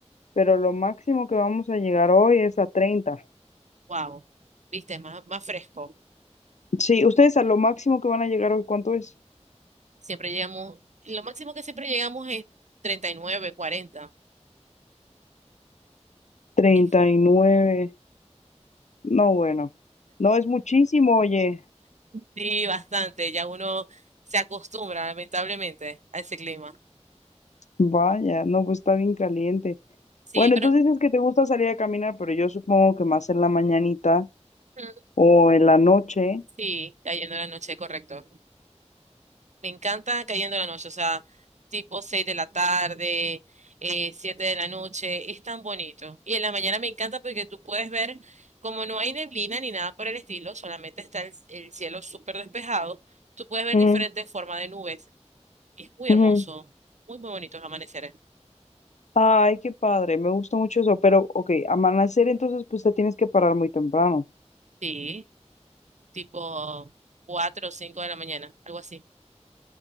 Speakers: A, on the left; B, on the right.
A: pero lo máximo que vamos a llegar hoy es a treinta
B: Wow, viste, más, más fresco.
A: Sí, ustedes a lo máximo que van a llegar hoy, ¿cuánto es?
B: Siempre llegamos, lo máximo que siempre llegamos es 39, 40.
A: treinta
B: Es-
A: y nueve No, bueno. No es muchísimo, oye.
B: Sí, bastante, ya uno se acostumbra lamentablemente a ese clima.
A: Vaya, no, pues está bien caliente.
B: Sí,
A: Bueno,
B: pero
A: entonces dices que te gusta salir a caminar, pero yo supongo que más en la mañanita
B: mm,
A: o en la noche.
B: sí, cayendo la noche, correcto. Me encanta cayendo la noche, o sea, tipo 6 de la tarde, eh, 7 de la noche, es tan bonito. Y en la mañana me encanta porque tú puedes ver, como no hay neblina ni nada por el estilo, solamente está el, el cielo súper despejado, tú puedes ver
A: Ujú,
B: diferentes formas de nubes. Y es muy
A: ujú.
B: hermoso, muy, muy bonito los amaneceres.
A: Ay, qué padre, me gusta mucho eso. Pero, ok, amanecer entonces pues te tienes que parar muy temprano.
B: Sí, tipo 4 o 5 de la mañana, algo así.